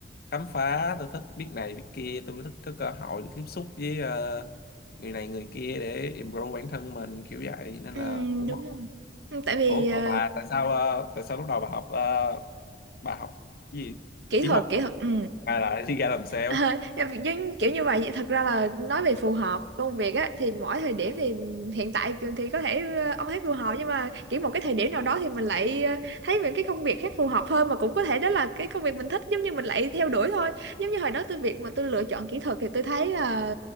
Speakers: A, on the left; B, on the right.
A: khám phá tôi thích biết này biết kia tôi thích có cơ hội được tiếp xúc với ờ, người này người kia để improve bản thân mình kiểu vậy nên
B: ừ,
A: là cũng
B: đúng
A: ổn.
B: rồi. Ừ, Tại vì
A: Ủa
B: ờ,
A: còn bà tại sao ờ, tại sao lúc đầu bà học ờ, bà học cái gì
B: kỹ
A: kỹ
B: thuật,
A: thuật
B: kỹ thuật, ừ.
A: hay là đi ra làm sale
B: Ờ, em nhưng kiểu như vậy thật ra là nói về phù hợp công việc á thì mỗi thời điểm thì hiện tại thì có thể ờ, ông thấy phù hợp nhưng mà kiểu một cái thời điểm nào đó thì mình lại ờ, thấy những cái công việc khác phù hợp hơn mà cũng có thể đó là cái công việc mình thích giống như mình lại theo đuổi thôi giống như hồi đó tôi việc mà tôi lựa chọn kỹ thuật thì tôi thấy là